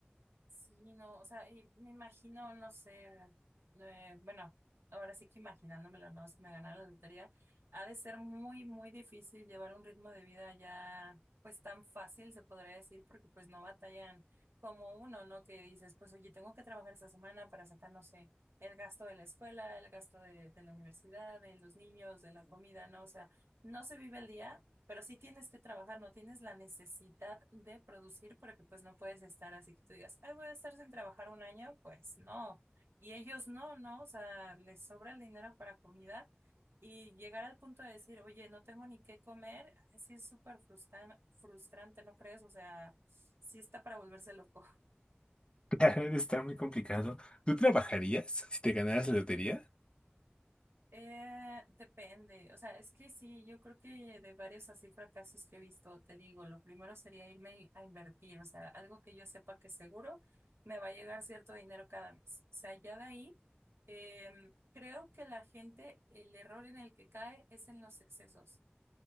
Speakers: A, on the right; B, on the left.
A: Sí, no, o sea, y me imagino, no sé, eh, bueno, ahora sí que imaginándomelo, no, si me ganara la lotería, ha de ser muy, muy difícil llevar un ritmo de vida ya, pues tan fácil, se podría decir, porque pues no batallan como uno, ¿no? Que dices, pues oye, tengo que trabajar esta semana para sacar, no sé, el gasto de la escuela, el gasto de, de la universidad, de los niños, de la comida, ¿no? O sea, no se vive el día. Pero sí tienes que trabajar, no tienes la necesidad de producir porque pues no puedes estar así que tú digas, ay, voy a estar sin trabajar un año, pues no. Y ellos no, no, o sea, les sobra el dinero para comida y llegar al punto de decir, oye, no tengo ni qué comer, así es súper frustran- frustrante, ¿no crees? O sea, sí está para volverse loco.
B: <laughs> Claro, debe estar muy complicado. ¿Tú trabajarías si te ganaras la lotería?
A: Eh, depende, o sea, es que sí, yo creo que de varios así fracasos que he visto, te digo, lo primero sería irme a invertir, o sea, algo que yo sepa que seguro me va a llegar cierto dinero cada mes. O sea, ya de ahí, em, creo que la gente, el error en el que cae es en los excesos